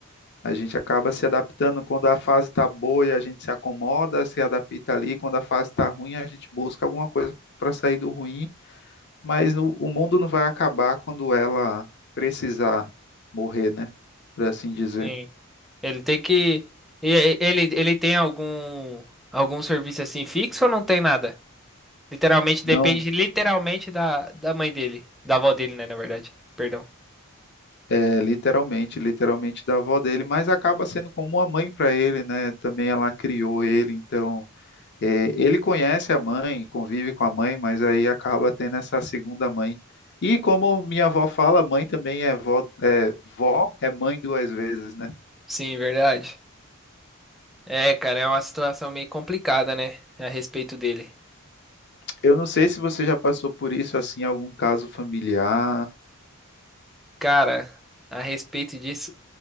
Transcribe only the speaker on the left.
A gente acaba se adaptando quando a fase está boa, a gente se acomoda, se adapta ali, quando a fase está ruim, a gente busca alguma coisa para sair do ruim, mas no- o mundo não vai acabar quando ela precisar morrer, né? Por assim dizer.
Não
É, literalmente, literalmente da avó dele, mas acaba sendo como uma mãe para ele, né? Também ela criou ele, então é, ele conhece a mãe, convive com a mãe, mas aí acaba tendo essa segunda mãe. E como minha avó fala, mãe também é vó, é, vó é mãe duas vezes, né?
Eu não sei se você já passou por isso assim, em algum caso familiar.